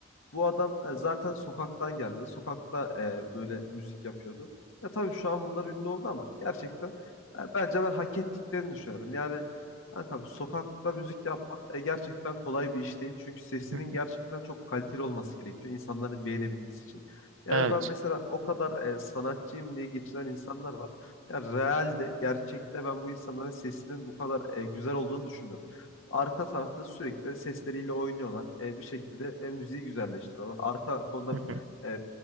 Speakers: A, on the left (about 85°); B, on the right (about 90°).
A: bu adam e, zaten sokaktan geldi. Sokakta e, böyle müzik yapıyordu. Ya tabii şu an bunlar ünlü oldu ama gerçekten e, bence ben hak ettiklerini düşünüyorum. Yani kankam sokakta müzik yapmak e, gerçekten kolay bir iş değil. Çünkü sesinin
B: Hı hı.
A: gerçekten çok kaliteli olması gerekiyor insanların beğenebilmesi için. Yani
B: Evet.
A: ben mesela o kadar e, sanatçıyım diye geçinen insanlar var. Ya realde, gerçekte ben bu insanların sesinin bu kadar e, güzel olduğunu düşünmüyorum. Arka tarafta sürekli sesleriyle oynuyorlar. E, bir şekilde e, müziği güzelleştiriyorlar. Arka fonda
B: Hı hı.
A: e,